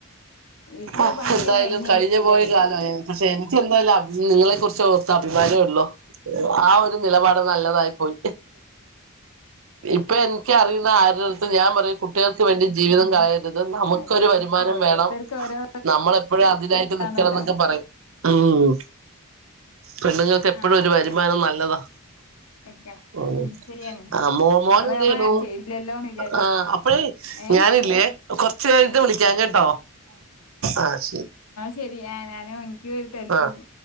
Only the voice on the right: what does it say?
ആ
എന്തായാലും
കഴിഞ്ഞുപോയ കാലം പക്ഷെ എനിക്ക് എന്തായാലും അ നിങ്ങളെ ക്കു റിച്ച് ഓർത്ത് അഭിമാനേ ഉള്ളു ആ ഒരു നിലപാട് നല്ലതായി പോയി ഇപ്പൊ എനിക്കറിയു ന്ന ആരോടുടെ എടുത്തു ഞാൻ പറയും കുട്ടികൾക്ക് വേണ്ടി ജീവിതം
കളയരുത് നമുക്കൊരു
വരു വരു മാനം
വേണം
നമ്മൾ എപ്പോഴും അതിനായിട്ട്
നിക്കണം എന്നൊക്കെ പറയും ഉം പെണ്ണുങ്ങൾക്ക് എപ്പോഴും
ഒരു
വരുമാനം നല്ലതാ
ഉം
ആ മോമോൻ
എന്ത്
ചെയ്യണു
ആ അപ്പഴേ
ഞാനില്ലേ കൊറച്ച് കഴിഞ്ഞിട്ട് വിളിക്കാം കേട്ടോ ആ ശരി
ആഹ്